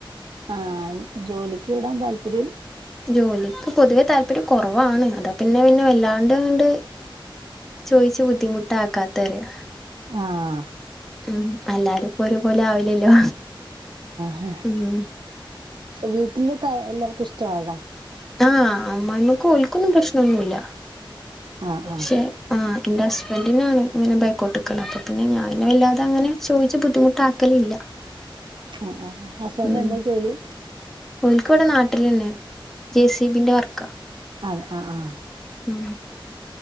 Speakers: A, on the right; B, in the centre.
A: ആഹ് ജോലിക്ക് വിടാൻ താല്പര്യം
B: ജോലിക്ക് പൊതുവെ താല്പര്യം കുറവാണ്. അതാപിന്നെ പിന്നെ വല്ലാണ്ട്ണ്ട് ചോയിച്‌ ച്ച് ബുദ്ധിമുട്ടാക്കാത്തെ അറിയോ
A: ആഹ്
B: ഉം അല്ലാരുപ്പോ ഒരുപോലെ ആവില്ലല്ലോ
A: ഒ
B: ഉം
A: ഓ വീട്ടിൽതാ എല്ലർക്കും ഇഷ്ടമായിരുന്നോ?
B: ആഹ് അമ്മായമ്മയ്ക്ക് ഓൽക്കൊന്നും പ്രശ്നൊന്നുല്ല
A: ആഹ്
B: പക്ഷെ
A: ആഹ്
B: ആ എന്റെ ഹസ്ബന് തിന്നാണ് ഇങ്ങനെ ബേക്കോട്ട്ക്ക്ണത്. അപ്പൊ പിന്നെ ഞായിനെ വല്ലാതങ്ങനെ ചോയിച്ചു ബുദ്ധിമുട്ടാക്കലില്ല.
A: ആ ആ ഹസ്ന്റെ
B: ഉം
A: എന്താ ജോലി?
B: ഓൽക്ക് ഇവിടെ നാട്ടിലന്നെ ജെ സീ ബിന്റെ വർക്കാ
A: ആന്ന് ആ ആ
B: ഉം